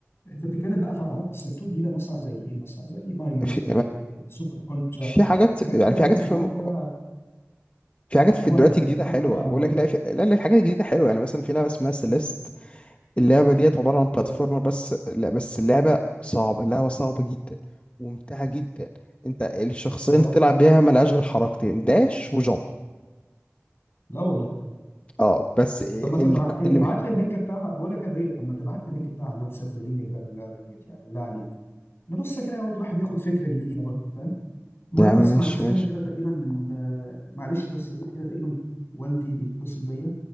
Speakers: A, on the left (about 60°); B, on the left (about 25°).
A: بتتكلم بقى في العاب اصل 2 دي ده مثلا زي ايه مثلا زي ماريو
B: في
A: زي آه، سوبر كونترا
B: في حاجات
A: حاجات
B: يعني
A: كده
B: في
A: يعني
B: حاجات في
A: العاب
B: م-
A: كده
B: في حاجات
A: العاب
B: في
A: موبايل
B: دلوقتي
A: بقى
B: جديده
A: <laughs>
B: حلوه
A: انت العاب على
B: اقول
A: الموبايل
B: لك لا في لا لا في حاجات جديده حلوه يعني مثلا في لعبه اسمها سيليست اللعبه ديت عباره عن بلاتفورمر
A: اه
B: بس لا بس اللعبه صعبه اللعبه صعبه جدا وممتعه جدا انت الشخصين
A: اه
B: بتلعب بيها ملهاش غير حركتين داش وجump
A: لا والله
B: اه بس اللي
A: طب ما تبع ابعت
B: اللي
A: لي اللينك بتاعها بقول لك يا ضيق طب ما تبعت لي اللينك بتاع الواتساب ولادينا كده بالله ديت يعني بالله عليك نبص كده برضه الواحد ياخد فكره جديده برضه فاهم المهم
B: يا عم ماشي
A: بس معلش
B: ماشي
A: ثانيه كده تقريبا آه، معلش بس يا ضيق كده تقريبا والدي بيتصل بيا